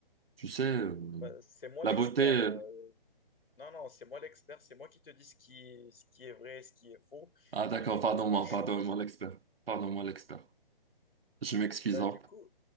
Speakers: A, on the right (about 80°); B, on the left (about 70°).
A: Tu sais, euh,
B: Bah, c'est moi
A: la
B: l'expert.
A: beauté, euh,
B: euh. Non, non, c'est moi l'expert, c'est moi qui te dis ce qui, ce qui est vrai, et ce qui est faux.
A: ah d'accord,
B: Et du coup,
A: pardon-moi,
B: moi, je suis
A: pardon-moi
B: en, tr-
A: l'expert, pardon-moi l'expert, je m'excuse.
B: Bah,
A: hein.
B: du coup,